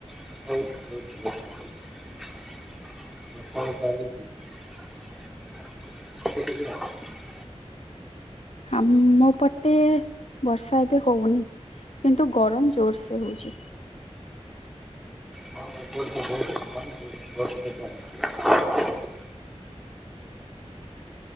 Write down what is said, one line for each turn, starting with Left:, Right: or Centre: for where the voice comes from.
Centre: ହଉଛି <inaudible> ବର୍ଷା ଫର୍ଷା <inaudible> <inaudible>
Left: ଆମ ପଟେ ବର୍ଷା ଏବେ ହଉନି। କିନ୍ତୁ ଗରମ ଜୋରସେ ହଉଛି।
Centre: ହଁ ଏପଟେ ତ ବହୁତ ମାନେ ବର୍ଷା <inaudible>